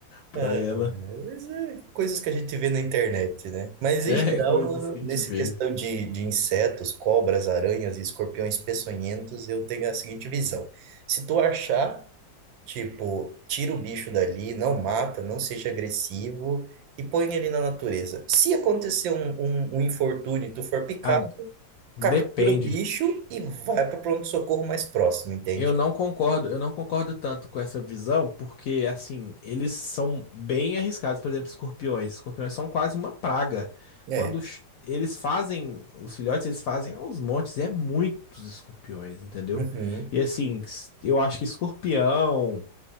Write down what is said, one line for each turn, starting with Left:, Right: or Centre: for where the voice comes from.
Left: pra
Right: Ah,
Left: ela.
Right: mas é coisas que a gente vê na internet, né? Mas
Left: É
Right: em geral,
Left: coisas
Right: mano,
Left: que a gente
Right: nessa
Left: vê.
Right: questão de, de insetos, cobras, aranhas e escorpiões peçonhentos, eu tenho a seguinte visão. Se tu achar, tipo, tira o bicho dali, não mata, não seja agressivo e põe ele na natureza. Se acontecer um, um, um infortúnio e tu for picado,
Left: Ah, depende.
Right: captura o bicho e vai pro pronto-socorro mais próximo, entende?
Left: Eu não concordo, eu não concordo tanto com essa visão, porque assim, eles são bem arriscados, por exemplo, escorpiões. Escorpiões são quase uma praga.
Right: É.
Left: Quando ch- eles fazem, os filhotes, eles fazem aos montes, é muitos escorpiões, entendeu?
Right: Uhum,
Left: E assim, s- eu acho que escorpião,